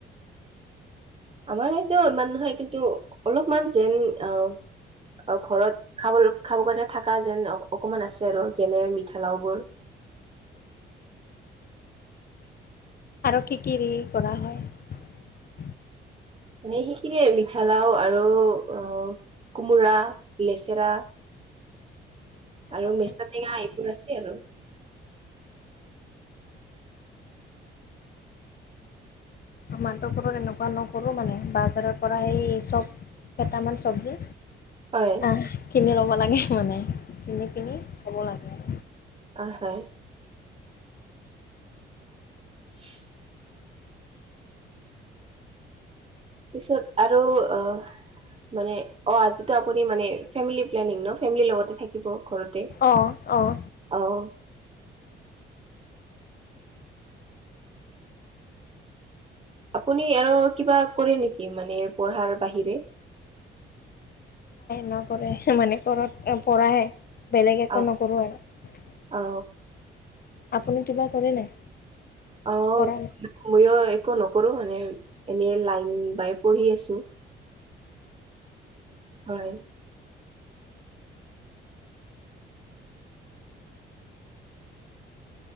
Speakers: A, on the right; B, on the left.
A: আমাৰ ইতেও ইমান নহয়, কিন্তু অলপমান যেন অহ। অহ' ঘৰত খাব, খাব কাৰণে থকা যেন অকমান আছে আৰু, যেনে মিঠালাও বোৰ। <inaudible>
B: আৰু কি কি কৰা হয়।
A: মানে সেইখিনিয়ে মিঠালাও আৰু অহ। কোমোৰা, লেচেৰা। আৰু
B: অঁ
A: মেচাটেঙা এইবোৰ আছে আৰু।
B: আমাৰতো ঘৰত এনেকুৱা নকৰো মানে, বাজাৰৰ পৰা সেই চব কেইটামান চব্জি।
A: হয়
B: অহ' কিনি ল'ব লাগে মানে, কিনি পিনি খাব লাগে।
A: অ হয়। <unintelligible> পিছত আৰু অহ। মানে অহ, আজিটো আপুনি মানে ফেমেলি প্লেনিং ন। ফেমলি লগতে থাকিব। ঘৰতে,
B: অঁ অঁ
A: অহ। আপুনি আৰু কিবা কৰে নেকি, মানে পঢ়াৰ বাহিৰে।
B: নকৰে মানে ঘৰত পঢ়াহে, বেলেগ একো
A: অ
B: নকৰোঁ আৰু।
A: অ
B: আপুনি কিবা কৰে নাই।
A: অহ'
B: কৰা নাই
A: ময়ো একো নকৰো মানে। এনেই লাইন বাই পঢ়ি আছো। হয়।